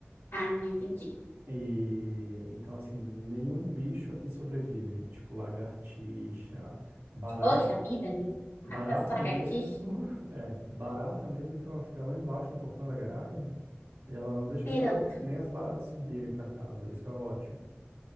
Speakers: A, on the left; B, on the right.
A: Ah, entendi.
B: E então, assim, nenhum bicho aqui sobrevive. Tipo, lagartixa, barata,
A: Poxa vida, Lila.
B: barata
A: Mata as lagartixas
B: mesmo. <laughs> É, barata mesmo. Então, ela fica lá embaixo no portão da garagem e ela não deixa
A: esperando.
B: nem as, nem as baratas subirem pra casa. Isso é ótimo.